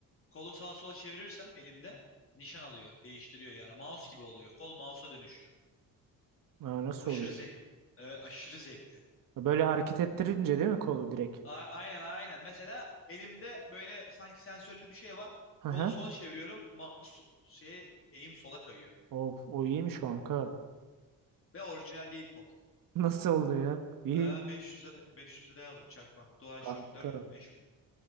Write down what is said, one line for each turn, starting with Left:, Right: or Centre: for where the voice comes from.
Left: Kolu sağa sola çevirirsem elimde nişan alıyor. Değiştiriyor yani. Mouse gibi oluyor. Kol mouse'a dönüşüyor.
Right: Aa, nasıl
Left: Aşırı
Right: oluyor?
Left: zevk. Evet, aşırı zevkli.
Right: Böyle hareket ettirince değil mi kolu direkt?
Left: A- aynen aynen. Mesela elimde böyle sanki sensörlü bir şey var.
Right: Hı
Left: Kolu
Right: hı.
Left: sola çeviriyorum. Mouse so-, şey eğim sola kayıyor.
Right: Of, o iyiymiş kanka.
Left: Ve orijinal değil kol.
Right: <laughs> Nasıl oldu ya? İyi
Left: Aa, 500 lira 500 liraya aldım çakma. DualShock
Right: kanka.
Left: 4 mü 5 mi?